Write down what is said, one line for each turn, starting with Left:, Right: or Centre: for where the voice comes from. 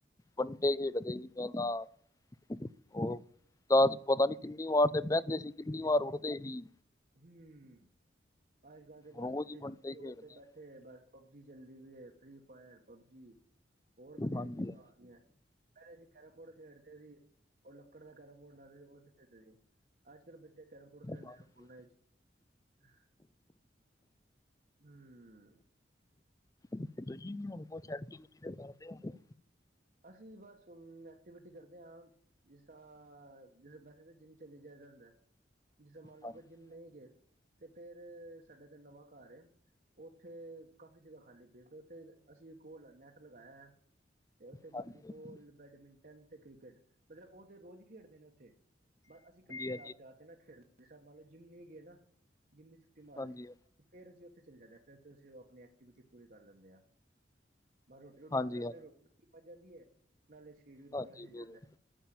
Left: ਵੰਟੇ ਖੇਡਦੇ ਸੀ ਪਹਿਲਾਂ ਉਹ ਦਸ। ਪਤਾ ਨੀ ਕਿੰਨੀ ਵਾਰ ਤੇ ਬਹਿੰਦੇ ਸੀ ਕਿੰਨੀ ਵਾਰ ਉੱਠਦੇ ਸੀ।
Right: ਹਮ। ਅੱਜ ਕੱਲ ਤੇ ਬਸ
Left: ਰੋਜ਼
Right: ਰੋਟੀ
Left: ਹੀ ਬੰਟੇ
Right: ਖਾਦੀ
Left: ਖੇਡਦੇ
Right: ਉਹ ਉਥੇ ਬੈਠੇ ਬਸ ਪਬਜੀ। ਚਲਦੀ ਵੀ ਹੈ ਫਰੀ ਫਾਇਰ ਪਬਜੀ ਹੋਰ ਬਥੇਰੀਆਂ
Left: ਹਾਂਜੀ
Right: ਗੇਮਾਂ ਆ ਗਈਆਂ ਪਹਿਲੇ। ਕੈਰਮ ਬੋਰਡ ਖੇਡਦੇ ਸੀ ਉਹ ਲੱਕੜ ਦਾ ਕੈਰਮ ਬੋਰਡ ਲੈਂਦੇ ਸੀ ਉਹ ਖੇਡਦੇ ਸੀ। ਅੱਜ ਕੱਲ ਬੱਚੇ ਕੈਰਮ ਬੋਰਡ ਖੇਲਦੇ
Left: ਹਾਂਜੀ ਹਾਂਜੀ
Right: ਨੇ। ਹਮ।
Left: ਤੇ ਤੁਸੀਂ ਹੁਣ ਕੁਛਕ ਕਰਦੇ ਹੋ।
Right: ਅਸੀਂ ਬਸ ਐਕਟੀਵਿਟੀ ਕਰਦੇ ਹਾਂ ਜ ਤਾਂ ਵੈਸੇ ਤਾਂ ਜਿੰਮ ਚਲੀ ਜਾ ਜਾਂਦਾ ਜਿਸੇ ਮੰਨ ਲਓ
Left: ਹਾਂਜੀ
Right: ਕਿ ਜਿੰਮ ਨਹੀਂ ਗਏ। ਤੇ ਫੇਰ ਸਾਡੇ ਤਿੰਨ ਨਵਾਂ ਘਰ ਏ। ਉੱਥੇ ਕਾਫ਼ੀ ਜਗ੍ਹਾ ਖਾਲੀ ਪਈ ਫੇਰ ਉੱਥੇ ਅਸੀਂ ਇਕ ਹੋਰ ਨੈੱਟ ਲਗਾਇਆ ਹੈ। ਤੇ ਉੱਥੇ ਵਾਲੀਬਾਲ
Left: ਹਾਂਜੀ
Right: ਬੈਡਮਿੰਟਨ ਤੇ ਕ੍ਰਿਕਟ ਮਤਲਬ ਉਹ ਤੇ ਰੋਜ਼ ਖੇਡਦੇ ਨੇ। ਬਸ ਅਸੀਂ ਕਦੀ ਕਦਾਰ
Left: ਹਾਂਜੀ ਹਾਂਜੀ
Right: ਜਾ ਕੇ ਨਾ ਖੇਡ ਲ ਮੰਨ ਲਓ ਜਿੰਮ ਨਹੀਂ ਗਏ ਨਾ। ਜਿੰਮ ਦੀ ਛੁੱਟੀ ਮਾਰ
Left: ਹਾਂਜੀ
Right: ਲਈ ਫ਼ੇਰ ਅਸੀਂ। ਉਥੇ ਚਲੇ ਜਾਂਦੇ ਆ ਫਿਰ ਉਥੇ ਅਸੀਂ ਆਪਣੀ ਐਕਟੀਵਿਟੀ ਪੂਰੀ ਕਰ ਲੈਂਦੇ ਹਾਂ ਬਸ ਰੋਟੀ ਰੋਟੀ
Left: ਹਾਂਜੀ
Right: ਖਾ ਕੇ ਆਪਣੇ
Left: ਹਾਂਜੀ
Right: ਰੋ। ਭੱਜ ਜਾਂਦੀ ਹੈ ਨਾਲੇ ਸਰੀਰ ਵੀ
Left: ਹਾਂਜੀ
Right: ਬੁਰਾ ਹਿਲ
Left: ਬਿਲਕੁਲ
Right: ਜਾਂਦਾ ਹੈ।